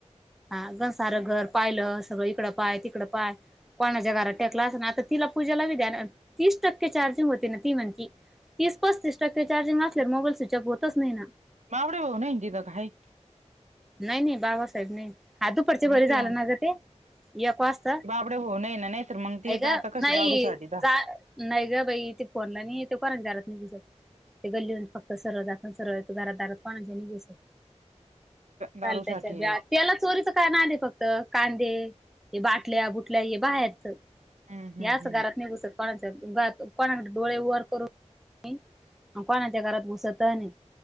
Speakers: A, in the centre; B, on the right.
A: हा गं सारं घर पायलं सगळं इकडं पाय तिकडं पाय कोणाच्या घरा त्यातला असं ना आता तिला पूजेला बी द्याना अन तीस टक्के चार्जिंग होती ना ती म्हणती तीस पस्तीस टक्के चार्जिंग असल्यावर मोबाईल स्विचऑप होतच नाही ना
B: <unintelligible>
A: नाही नाही बाबासाहेब नाही हा दुपारच्या
B: नाही
A: बरी
B: ते
A: झालं ना गं ते एक वाजता.
B: कडे हो नाही ना नाही तर मग ते
A: ग
B: जात कसे
A: नाही
B: दारू साठी का?
A: जा नाही ग बाई इथे फोनला नाही ते. कोनाच्या दारात उभी जाऊ. ते गल्लीतून फक्त सरळ जात. सरळ येतं. घरात दारात कोणाच्या नाय बसत.
B: दारूसाठी
A: चालते सगळ आत. त्याला चोरीचं काय नाद आहे फक्त कांदे हे बाटल्या बुटल्या हे बाहेरचं
B: हम्म हम्म
A: हे असं
B: हम्म
A: घरात नाही घुसत. कोणाच्यात जातो. कोणाकडे डोळे वर करून नी आणि कोणाच्या घरात घुसत नाही.